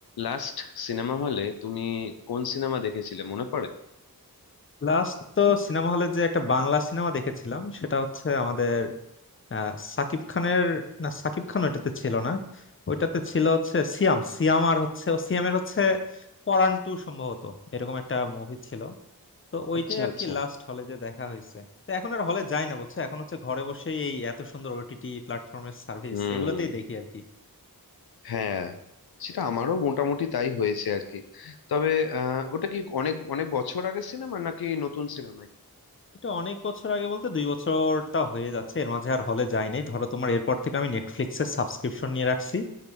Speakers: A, on the left; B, on the left.
A: Last cinema হলে তুমি কোন সিনেমা দেখেছিলে মনে পড়ে
B: লাস্ট তো সিনেমা হলে যে একটা বাংলা সিনেমা দেখেছিলাম সেটা হচ্ছে আমাদের আহ, সাকিব খানের না সাকিব খান ওইটাতে ছিল না ওইটাতে ছিল হচ্ছে সিয়াম সিয়াম আর হচ্ছে ও সিয়ামের হচ্ছে পরান টু সম্ভবত এরকম একটা মুভি ছিল তো ওইটাই
A: আচ্ছা
B: আর
A: আচ্ছা
B: কি লাস্ট হলে যে দেখা হয়েছে তো এখন আর হলে যাই না বুঝছো এখন হচ্ছে ঘরে বসেই এই এত সুন্দর ওটিটি প্ল্যাটফর্মের সার্ভিস
A: হুম
B: এগুলোতেই দেখি আর কি
A: হ্যাঁ সেটা আমারও মোটামুটি তাই হয়েছে আর কি তবে আহ, ওটা কি অনেক অনেক বছর আগের সিনেমা নাকি নতুন সিনেমায়
B: এটা অনেক বছর আগে বলতে দুই বছরটা হয়ে যাচ্ছে এর মাঝে আর হলে যাই নাই ধরো তোমার এরপর থেকে আমি নেটফ্লিক্সের সাবস্ক্রিপশন নিয়ে রাখছি